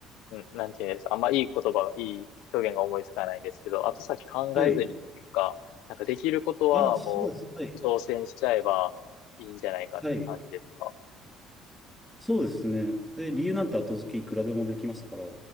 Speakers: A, on the left; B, in the centre.
A: うん、なんていうんですか、あんまいい言葉が、いい表現が思いつかないんですけど、後先考えずにっていうか、
B: はい。
A: なんかできることはもう挑戦しちゃえばいいんじゃないかっていう感じですか
B: あ、そうです。はい。はい。そうですね。で、理由なんて後付けいくらでもできますから、